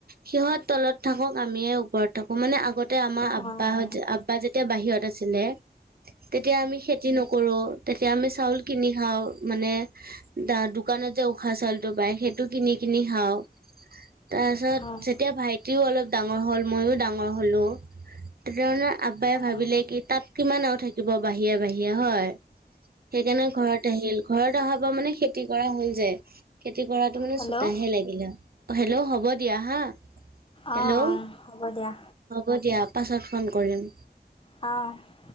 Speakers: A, on the right; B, on the left.
A: সিহঁত তলত থাকক আমিয়ে ওপৰত থাকো মানে আগত তে আমাৰ আব্বাহ
B: অঁ
A: আব্বা যেতিয়া বাহিৰত আছিলে, তেতিয়া আমি খেতি নকৰো। তেতিয়া আমি চাউল কিনি খাওঁ মানে দা দোকানতে উখুৱা চাউলটো পায় সেইটো কিনি কিনি খাওঁ। তাৰ পাছত
B: অঁ
A: যেতিয়া ভাইটিও অলপ ডাঙৰ হ'ল মইও ডাঙৰ হলো। তেতিয়া মানে আব্বাই
B: অঁ
A: ভাবিলে কি তাত কিমান আৰু থাকিব বাহিৰে বাহিৰে হয়। সেইকাৰণে ঘৰত আহিল ঘৰত অহাৰ পৰা মানে খেতি কৰা হল যে। খেতি কৰাটো মানে
B: হেল্ল'
A: চোতাহে লাগিলে আও হেল্ল হ'ব দিয়া হা।
B: অ'
A: হেল্ল'
B: অ হ'ব দিয়া।
A: হ'ব দিয়া পাছত ফোন কৰিম।
B: অ